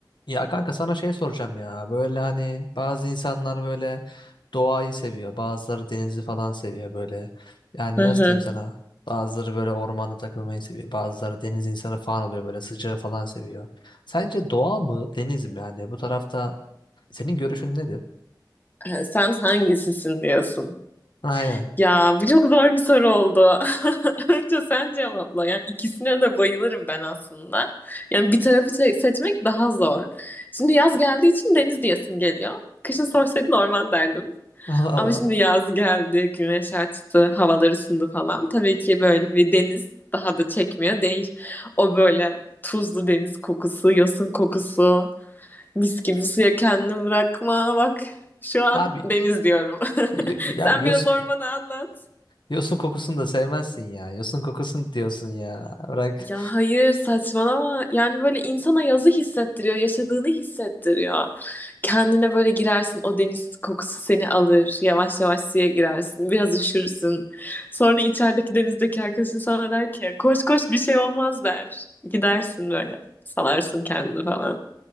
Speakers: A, on the left; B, on the left.
A: Ya kanka sana şey soracağım ya. Böyle hani bazı insanlar böyle doğayı seviyor. Bazıları denizi falan seviyor böyle. Yani
B: Hı
A: nasıl
B: hı.
A: diyeyim sana? Bazıları böyle ormanda takılmayı seviyor. Bazıları deniz insanı falan oluyor böyle sıcağı falan seviyor. Sence doğa mı deniz mi yani? Bu tarafta senin görüşün nedir?
B: Ha, Sen hangisisin diyorsun.
A: <laughs> Aynen.
B: Ya bu çok zor bir soru oldu. <laughs> Önce sen cevapla. Yani ikisine de bayılırım ben aslında. Yani bir tarafı se- seçmek daha zor. Şimdi yaz geldiği için deniz diyesim geliyor. Kışın sorsaydın orman derdim.
A: Allah Allah.
B: Ama şimdi yaz geldi, güneş açtı, havalar ısındı falan. Tabii ki böyle bir deniz daha da çekmiyor değil. O böyle tuzlu deniz kokusu, yosun kokusu. Mis gibi suya kendini bırakma. Bak şu an
A: Abi
B: deniz diyorum.
A: y-
B: <laughs>
A: ya
B: Sen
A: yos-
B: biraz ormanı anlat.
A: yosun kokusunu da sevmezsin ya. Yosun kokusunu diyorsun ya. Bırak.
B: Ya hayır saçmalama. Yani böyle insana yazı hissettiriyor, yaşadığını hissettiriyor. Kendine böyle girersin, o deniz kokusu seni alır. Yavaş yavaş suya girersin, biraz üşürsün. Sonra içerideki denizdeki arkadaşın sana der ki, koş koş bir şey olmaz der. Gidersin böyle, salarsın kendini falan.